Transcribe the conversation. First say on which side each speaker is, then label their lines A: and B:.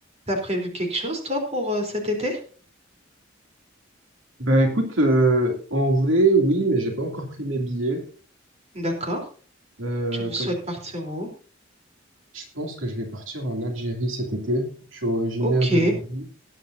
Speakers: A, on the right; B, on the right.
A: T'as prévu quelque chose, toi, pour euh, cet été?
B: Bah écoute, euh, en vrai, oui, mais j'ai pas encore pris mes billets.
A: D'accord.
B: Euh,
A: Tu
B: comme
A: souhaites partir où?
B: je pense que je vais partir en Algérie cet été. Je suis originaire
A: Ok,
B: d'Algérie